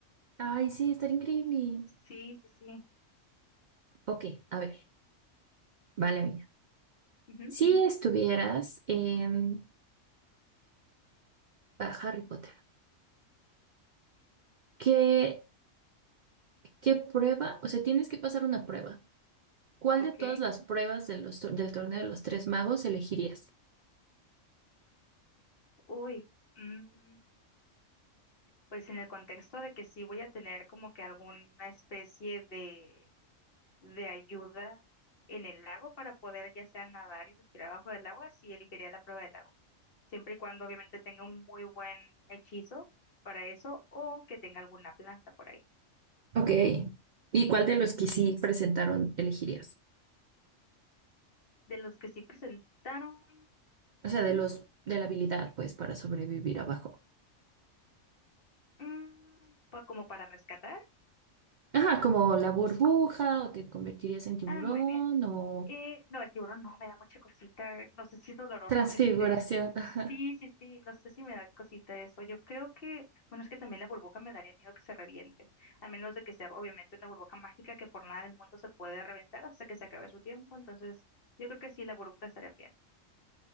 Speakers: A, on the right; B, on the left.
A: Ay, sí, estaría increíble.
B: Sí, sí, sí.
A: Ok, a ver, vale, mía.
B: Ujú,
A: Si estuvieras en Harry Potter, ¿qué, qué prueba? O sea, tienes que pasar una prueba. ¿Cuál
B: Ok.
A: de todas las pruebas de los tor- del torneo de los tres magos elegirías?
B: Uy. mm, pues en el contexto de que sí voy a tener como que alguna especie de, de ayuda en el lago para poder ya sea nadar y respirar bajo del agua, sí elegiría la prueba del lago, siempre y cuando obviamente tenga un muy buen hechizo para eso o que tenga alguna planta por ahí.
A: Ok. ¿Y cuál de los que sí presentaron elegirías?
B: De los que sí presentaron,
A: O sea, de
B: mm,
A: los de la habilidad, pues, para sobrevivir abajo.
B: mm, pa- como para rescatar,
A: Ajá, como la burbuja, o te convertirías en tiburón,
B: ah, muy bien.
A: o
B: Eh, no, el tiburón no, me da mucha cosita. No sé si es doloroso
A: transfiguración.
B: que se te...
A: Ah,
B: Sí, sí, sí, no sé si me da cosita eso. Yo creo que, bueno, es que también la burbuja me daría miedo que se reviente, a menos de que sea obviamente una burbuja mágica que por nada del mundo se puede reventar hasta que se acabe su tiempo. Entonces, yo creo que sí, la burbuja estaría bien.